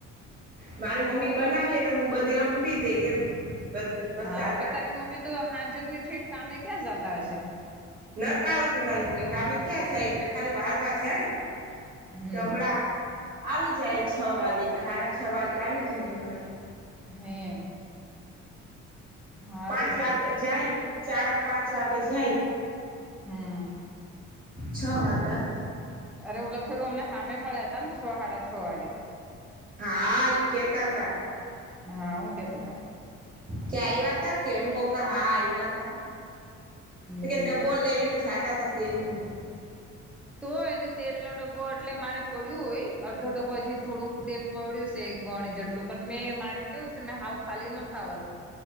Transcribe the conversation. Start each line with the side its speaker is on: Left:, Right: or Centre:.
Right: મારી મમ્મી બનાવીને હુ, બધી અબવિ દે એમ બધું મસાલા
Centre: હા પણ તારી મમ્મી તો હાંજક ની ઠેઠ કામે ક્યાં જતા, હશે
Right: નતા આવતી મારી મમ્મી કામમે ક્યાં જાય એટલે ખાલી વારવા જાય.
Centre: હમ
Right: તો હમણાં આવી જાય છ, વાગે કે સાડા છ વાગે આવી જાય હમણા
Centre: હે હારું
Right: પાંચ વાગે
Centre: છે
Right: જાય ચારક પાંચ વાગે જાય.
Centre: હમ
Right: છ વાગે આવી જાય.
Centre: અરે ઓલા ફેરું અમને હામે મળ્યા તા ન છ હાડા છ, વાગે
Right: હા ઇ કેતા તા
Centre: હા, હું કેતાં તા
Right: ક્યાં આયવા તા, કે એમ કોક હા આયવા તાં
Centre: હમ
Right: કે ડ બો લઈ ને જાતા ત તેલઈ
Centre: તો એટલે તેલ ન ડબ્બો એટલે મારે પડ્યું હોય અડધો ડબ્બો હજી થોડુંક તેલ પડ્યું છે એક બણી જેટલું પણ મેં મારે કેવું છે મેં હાવ ખાલી નો થવા દુ